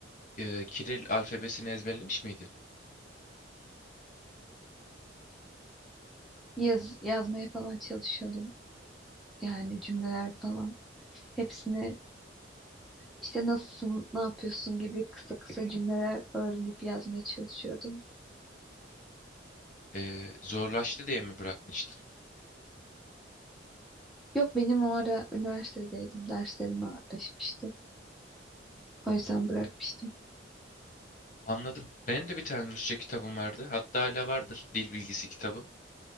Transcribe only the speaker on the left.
e, Kiril alfabesini ezberlemiş miydin?
E, zorlaştı diye mi bırakmıştın?
Anladım. Benim de bir tane Rusça kitabım vardı. Hatta hala vardır. Dil bilgisi kitabım.